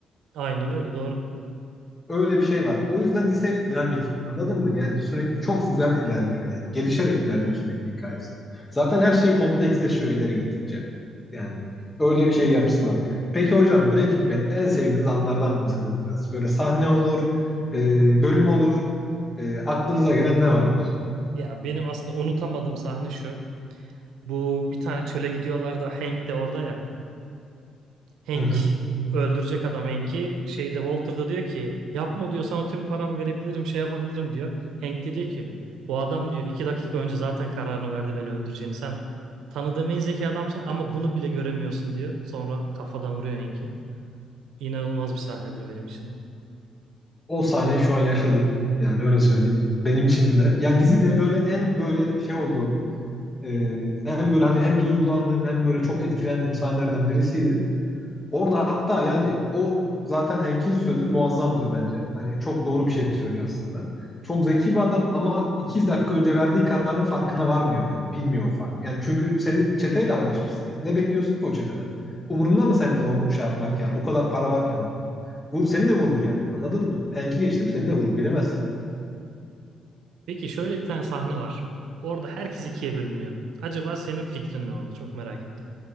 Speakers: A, on the right; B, on the left.
A: Aynen öyle doğru.
B: Öyle bir şey var. O yüzden dizi hep dinamik. Anladın mı? Yani sürekli çok güzel ilerliyor yani. Gelişerek ilerliyor sürekli hikayesi. Zaten her şey kompleksleşiyor ileri gittikçe. Yani öyle bir şey yapısı var. Peki hocam Breaking Bad'de en sevdiğiniz anlardan bahsedelim biraz. Böyle sahne olur, e, bölüm olur. E, aklınıza gelen ne vardır?
A: Ya benim aslında unutamadığım sahne şu. Bu bir tane çöle gidiyorlar da Hank de orada ya. Hank
B: Hı hı.
A: öldürecek adam Hank'i. Şeyde Walter da diyor ki yapma diyor sana tüm paramı verebilirim şey yapabilirim diyor. Hank de diyor ki bu adam diyor iki dakika önce zaten kararını verdi beni öldüreceğini. Sen tanıdığım en zeki adamsın ama bunu bile göremiyorsun diyor. Sonra kafadan vuruyor Hank'i. İnanılmaz bir sahnedir benim için o.
B: O sahneyi şu an yaşadım. Yani öyle söyleyeyim. Benim için de. Yani dizide böyle en böyle şey olduğum, e, en böyle hani hem duygulandığım hem böyle çok etkilendiğim sahnelerden birisiydi. Orada hatta yani o zaten Hank'in sözü muazzamdır bence. Hani çok doğru bir şey söylüyor aslında. Çok zeki bir adam ama 2 dakika önce verdiği kararın farkına varmıyor yani. Bilmiyor o fark. Yani çünkü senin çeteyle anlaşmışsın. Yani. Ne bekliyorsun ki o çeteden? Umurunda mı sence onu şey yapmak yani? O kadar para varken ortada. Vur, seni de vurur yani. Anladın mı? Hank'i geçtim seni de vurur. Bilemezsin.
A: Peki şöyle bir tane sahne var. Orada herkes ikiye bölünüyor. Acaba senin fikrin ne orada? Çok merak ettim.